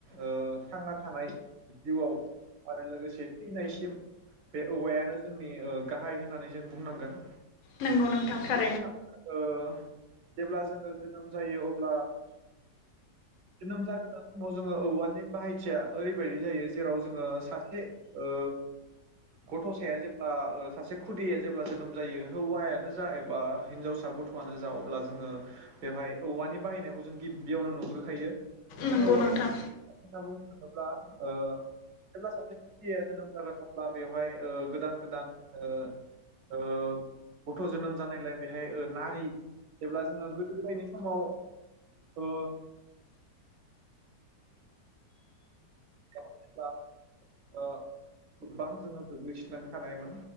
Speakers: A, on the right; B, on the left.
A: ओ थांना थानाय जिउआव आरो लोगोसे थैनायसिम बे औवायानो जोंनि ओ गाहाय होननानै जों बुंनांगोन।
B: नंगौ नोंथां थार।
A: <unintelligible> ओ जेब्ला जोङो जोनोम जायो अब्ला जोनोम जागोदान समाव जोङो औवानि बाहायथिया ओरैबायदि जायो जेराव जोङो सासे ओ गथ'साया जेब्ला ओ सासे खुदिया जेब्ला जोनोम जायो हौवायानो जा एब बा हिन्जावसा गथ'आनो जा अब्ला जोङो बेवहाय औवानि बाहायनायखौ जों गिबियावनो नुग्रोखायो।
B: नंगौ
A: जों औवाखौ
B: नोंथां
A: <unintelligible> जेब्ला ओ जेब्ला सासे खुदिया जोनोम जागोन अब्ला बेवहाय ओ गोदान गोदान ओ ओ गथ' जोनोम जानाय बेहाय ओ नारि जेब्ला जोङो गोदो गोदायनि समाव ओ <inaudible> गोबां जोङो गोग्लैसोनानै थानायमोन